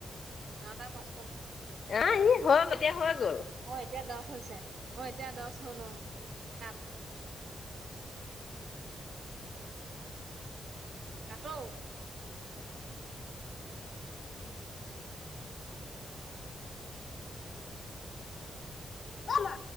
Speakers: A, on the right (about 70°); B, on the left (about 65°).
A: নটা পাঁচ
B: আহ ই হৈ এতিয়া হৈ হ'ল।
A: অ এতিয়া দহ হৈছে, অ এতিয়া দহ হ'ল অ, কাট। কাট ও।
B: অ' মা।